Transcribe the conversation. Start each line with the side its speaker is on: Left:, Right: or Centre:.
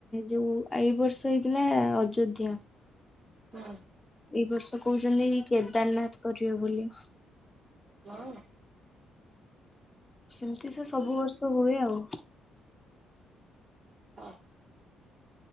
Left: ଯୋଉ ଏଇ ବର୍ଷ ହେଇଥିଲା ଅଯୋଧ୍ୟା।
Right: ହୁଁ।
Left: ଏଇ ବର୍ଷ କହୁଚନ୍ତି ଇ କେଦାରନାଥ କରିବେ ବୋଲି।
Right: ହଁ।
Left: ସେମିତି ସେ ସବୁ ବର୍ଷ ହୁଏ ଆଉ।
Right: ହଁ।